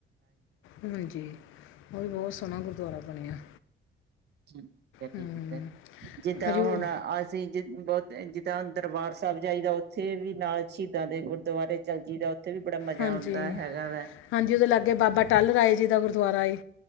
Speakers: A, on the left; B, on the right.
A: ਹਾਂਜੀ ਉਹ ਵੀ ਬਹੁਤ ਸੋਹਣਾ ਗੁਰਦੁਆਰਾ <unintelligible>
B: ਠੀਕ ਏ, ਠੀਕ
A: ਹੂੰ
B: ਏ, ਜਿੱਦਾਂ
A: ਹਜੂ
B: ਹੁਣ ਅਸੀਂ ਜ ਬਹੁਤ ਜਿੱਦਾਂ ਦਰਬਾਰ ਸਾਹਿਬ ਜਾਈਦਾ ਉੱਥੇ ਵੀ ਨਾਲ ਸ਼ਹੀਦਾਂ ਦੇ ਗੁਰਦੁਆਰੇ ਚਲ ਜਾਈਦਾ ਉੱਥੇ ਵੀ ਬੜਾ ਮਜਾ
A: ਹਾਂਜੀ
B: ਆਉਂਦਾ ਹੈਗਾ ਵੇ।
A: ਹਾਂਜੀ ਉਹਦੇ ਲਾਗੇ ਬਾਬਾ ਟਲ ਰਾਏ ਜੀ ਦਾ ਗੁਰਦੁਆਰਾ ਏ।